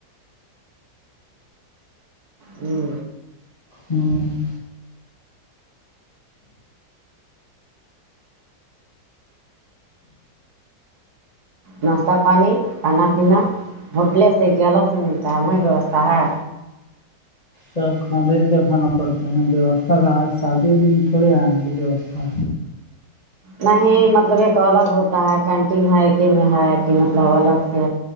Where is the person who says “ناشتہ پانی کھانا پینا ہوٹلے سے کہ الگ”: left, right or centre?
Right